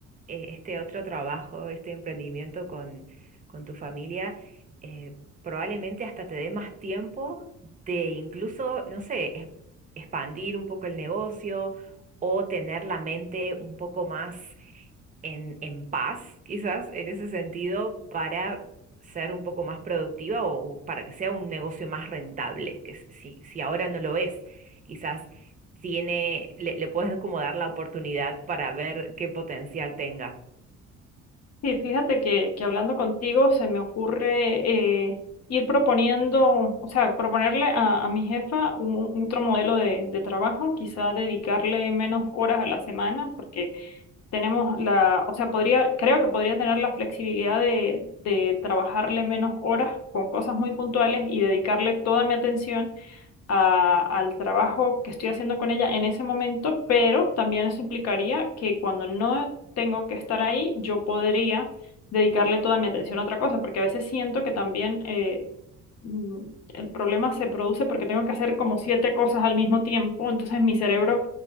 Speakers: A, on the right; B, on the left.
A: eh, este otro trabajo, este emprendimiento con, con tu familia. eh, probablemente hasta te dé más tiempo de incluso, no sé, es- expandir un poco el negocio o tener la mente un poco más en, en paz, quizás, en ese sentido, para ser un poco más productiva o para que sea un negocio más rentable, que s- si, si ahora no lo es, quizás tiene, le, le puedes como dar la oportunidad para ver qué potencial tenga.
B: Sí, fíjate que, que hablando contigo se me ocurre eh, ir proponiendo, o sea, proponerle a, a mi jefa un, un otro modelo de, de trabajo, quizá dedicarle menos horas a la semana, porque tenemos la, o sea, podría, creo que podría tener la flexibilidad de, de trabajarle menos horas con cosas muy puntuales y dedicarle toda mi atención a- al trabajo que estoy haciendo con ella en ese momento, pero también eso implicaría que cuando no tengo que estar ahí, yo podría dedicarle toda mi atención a otra cosa, porque a veces siento que también eh, mm, el problema se produce porque tengo que hacer como siete cosas al mismo tiempo, entonces mi cerebro